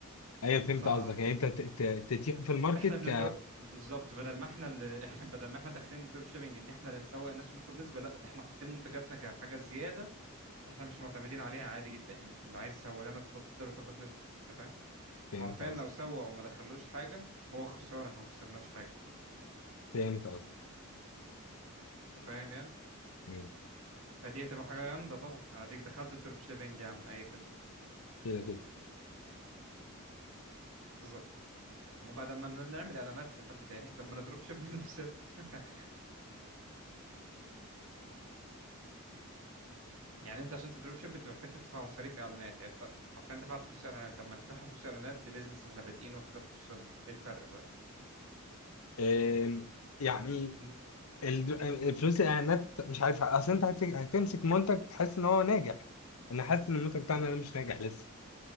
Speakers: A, on the left; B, on the right.
A: ايوه فهمت
B: فاحنا
A: قصدك يعني انت ت- ت- تتيح في الماركت
B: بندروب
A: ك
B: <laughs> بالظبط بدل ما احنا اللي <laughs> بدل ما احنا داخلين الدروب شيبنج ان احنا اللي نسوق الناس وناخد نسبه لا ده احنا حاطين منتجاتنا كحاجه زياده احنا مش معتمدين عليها عادي جدا يعني اللي عايز يسوق لنا اتفضل وتاخد نسبه انت فاهم
A: فهمت
B: وحرفيا
A: قصدك
B: لو سوق وما دخلوش حاجه هو خسران احنا ما خسرناش حاجه
A: فهمت قصدك
B: انت فاهم يعني
A: مم.
B: فدي هتبقى حاجه جامده طبعا اديك دخلت الدروب شيبنج يا عم اي خدمه
A: كده كده
B: بالظبط وبعد ما نعمل اعلانات لحد تاني طب ما انا دروب شيب لنفسنا <laughs> يعني انت عشان تدروب شيب انت محتاج تدفع مصاريف اعلانات يعني انت حرفيا دفعت فلوس اعلانات طب ما ندفعها فلوس اعلانات لبيزنس احنا بادئينه وحاجه تخصنا ايه الفرق طيب
A: آم، يعني
B: م-
A: ال- الفلوس الاعلانات مش عارف اصل انت هت- هتمسك منتج تحس ان هو ناجح انا حاسس ان المنتج بتاعنا ده مش ناجح لسه